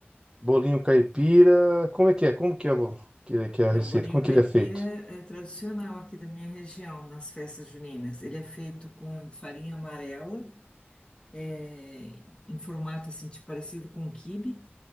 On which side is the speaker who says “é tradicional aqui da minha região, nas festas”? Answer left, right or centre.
Left